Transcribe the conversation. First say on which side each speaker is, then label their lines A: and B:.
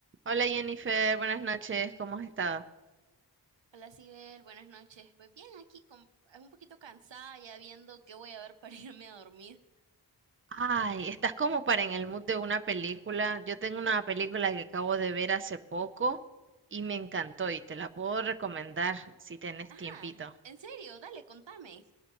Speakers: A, on the right; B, on the right.
A: Hola Jennifer, buenas noches, ¿cómo has estado?
B: Hola, Sibel, buenas noches. Pues bien, aquí con, un poquito cansada ya viendo qué voy a ver para <laughs> irme a dormir.
A: Ay, estás como para en el mood de una película. Yo tengo una película que acabo de ver hace poco y me encantó y te la puedo recomendar si tenés
B: Ah,
A: tiempito.
B: ¿en serio? Dale, contame.